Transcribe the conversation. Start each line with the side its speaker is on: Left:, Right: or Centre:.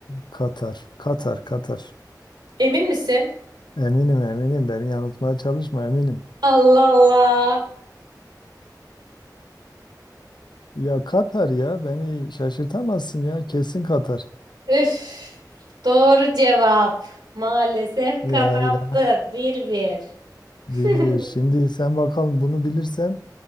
Left: Katar. Katar, Katar.
Right: emin misin?
Left: Eminim eminim beni yanıltmaya çalışma eminim.
Right: Allah Allah.
Left: Ya Katar ya beni şaşırtamazsın ya kesin Katar.
Right: Üf. Doğru cevap. Maalesef
Left: Ya
Right: kazandın.
Left: ya
Right: bir bir. <laughs>
Left: bir bir şimdi sen bakalım bunu bilirsen